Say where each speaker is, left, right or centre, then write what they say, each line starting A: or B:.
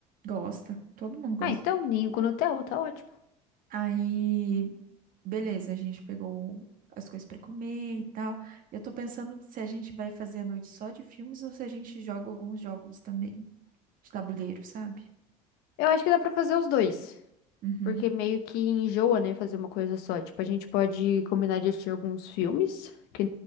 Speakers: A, on the right; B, on the left.
A: Gosta, todo mundo gosta.
B: Ah, então, ninho com Nutella, tá ótimo.
A: Aí, beleza, a gente pegou as coisas pra comer e tal. Eu tô pensando se a gente vai fazer a noite só de filmes ou se a gente joga alguns jogos também de tabuleiro, sabe?
B: Eu acho que dá pra fazer os dois.
A: Uhum.
B: Porque meio que enjoa, né, fazer uma coisa só. Tipo, a gente pode combinar de assistir alguns filmes, que